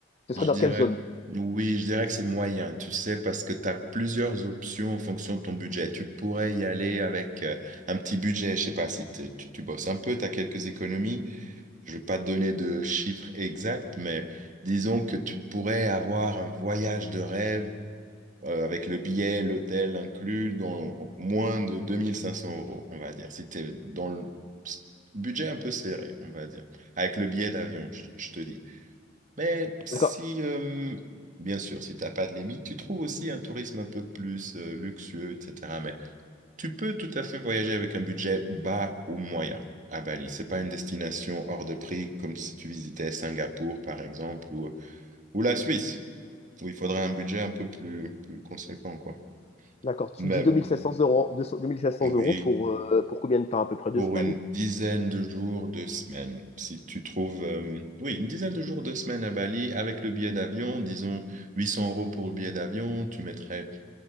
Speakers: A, on the left; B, on the right.
A: Ce serait
B: Je
A: dans
B: dirais,
A: quelle zone?
B: oui, je dirais que c'est moyen, tu sais, parce que tu as plusieurs options en fonction de ton budget. Tu pourrais y aller avec euh, un petit budget, je sais pas, si tu, tu- tu bosses un peu, tu as quelques économies. Je vais pas te donner de chiffres exacts, mais disons que tu pourrais avoir un voyage de rêve euh, avec le billet, l'hôtel inclus, dans moins de 2500 euros, on va dire. Si tu es dans le budget un peu serré, on va dire. Avec le billet d'avion, je je te dis. Mais si,
A: D'accord.
B: euh, bien sûr, si tu n'as pas de limite, tu trouves aussi un tourisme un peu plus euh, luxueux, etc. Mais tu peux tout à fait voyager avec un budget bas ou moyen à Bali. C'est pas une destination hors de prix comme si tu visitais Singapour, par exemple, ou, ou la Suisse, où il faudrait un budget un peu plus, plus conséquent, quoi.
A: D'accord. Tu
B: Mais
A: me dis 2500 euros, 200 cents
B: oui,
A: euros pour, euh, pour combien de temps? À peu près deux
B: pour
A: semaines.
B: une dizaine de jours, deux semaines. Si tu trouves, euh, oui, une dizaine de jours, deux semaines à Bali avec le billet d'avion, disons 800 euros pour le billet d'avion, tu mettrais